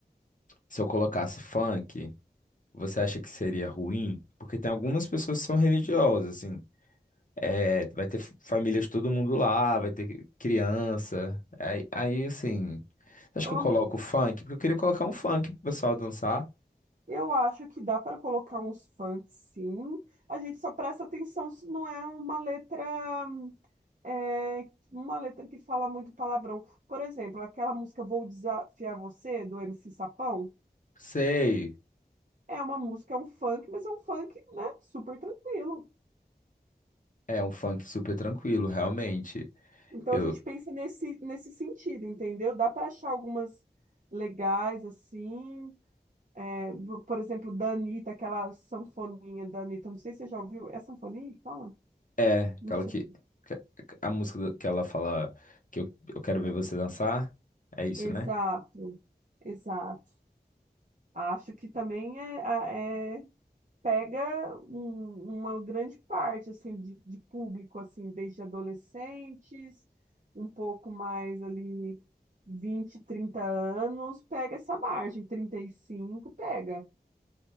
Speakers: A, on the left; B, on the right.
A: se eu colocasse funk, você acha que seria ruim? Porque tem algumas pessoas que são religiosas, assim, É, vai ter famílias, de todo mundo lá, vai ter criança. Aí, aí assim, acho
B: Ô,
A: que eu
B: amigo,
A: coloco funk, porque eu queria colocar um funk pro pessoal dançar.
B: Eu acho que dá para colocar uns funk, sim. A gente só presta atenção se não é uma letra, é, uma letra que fala muito palavrão. Por exemplo, aquela música Vou Desafiar Você, do MC Sapão,
A: Sei,
B: é uma música, é um funk, mas é um funk, né, super tranquilo.
A: é um funk super tranquilo, realmente.
B: Então
A: Eu,
B: a gente pensa nesse, nesse sentido, entendeu? Dá para achar algumas legais, assim. É, bo- por exemplo, da Anitta, aquela sanfoninha da Anitta, não sei se você já ouviu. É sanfoninha que fala?
A: é,
B: Não
A: aquela
B: sei.
A: que, que- a música do- que ela fala que eu, eu quero ver você dançar, é isso,
B: Exato,
A: né?
B: exato. Acho que também é, a- é- pega um- uma grande parte assim de, de público assim, desde adolescentes, um pouco mais ali 20, 30 anos, pega essa margem, 35 pega.